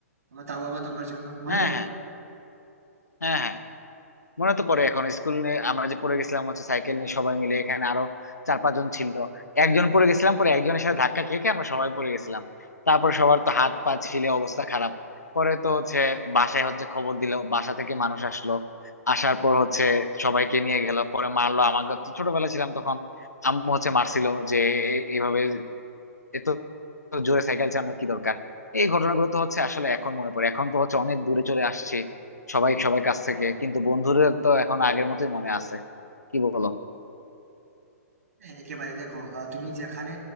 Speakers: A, on the right; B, on the left.
A: আমার তাও আবার তোমার জন্য মনে
B: হ্যাঁ
A: পড়ে
B: হ্যাঁ হ্যাঁ হ্যাঁ মনে তো পড়ে এখন স্কুল নিয়ে আমরা যে পড়ে গেছিলাম হচ্ছে সাইকেল নিয়ে সবাই মিলে এখানে আরো চার পাঁচজন ছিল একজন পড়ে গেছিলাম পরে একজনের সাথে ধাক্কা খেয়ে খেয়ে আমরা সবাই পড়ে গেছিলাম তারপর সবার তো হাত পা ছিলে অবস্থা খারাপ পরে তো হচ্ছে বাসায় হচ্ছে খবর দিল বাসা থেকে মানুষ আসলো আসার পর হচ্ছে সবাইকে নিয়ে গেল পরে মারলো আমাকে তো ছোটবেলা ছিলাম তখন আম্মু হচ্ছে মারছিল যে এ- এইভাবে এ তো তো জোরে সাইকেল চালানোর কি দরকার এই ঘটনাগুলো তো হচ্ছে আসলে এখন মনে পড়ে এখন তো হচ্ছে অনেক দূরে চলে আসছে সবাই সবাই কাছ থেকে কিন্তু বন্ধুদের তো এখন আগের মতোই মনে আছে কি বলো
A: হ্যাঁ, একেবারে দেখো আহ, তুমি যেখানে